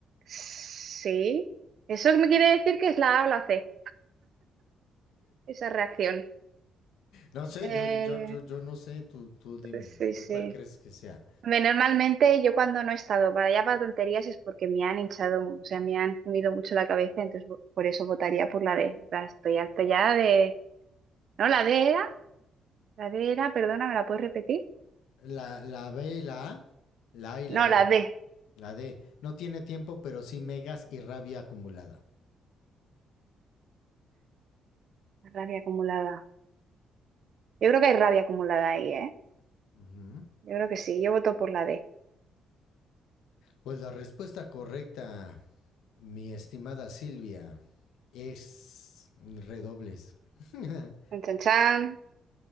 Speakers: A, on the right; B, on the left.
A: Sí. Eso me quiere decir que es la A o la C, esa reacción.
B: No sé,
A: Eh,
B: yo, yo, yo, yo no sé. Tú, tú dime,
A: sí,
B: ¿tú
A: sí.
B: cuál crees que sea?
A: Hombre, Normalmente yo cuando no he estado para allá para tonterías es porque me han hinchado, o sea, me han comido mucho la cabeza, entonces vo- por eso votaría por la D. En plan, Estoy harta ya de... No, la D era, la D era, perdona, ¿me la puedes repetir?
B: La, la B y la A. La A y la
A: No,
B: B.
A: la D.
B: La D. No tiene tiempo, pero sí megas y rabia acumulada.
A: la Rabia acumulada. Yo creo que hay rabia acumulada ahí, ¿eh?
B: Ujú.
A: Yo creo que sí. Yo voto por la D.
B: Pues la respuesta correcta, mi estimada Silvia, es redobles. <laughs>
A: Chan, chan, chan.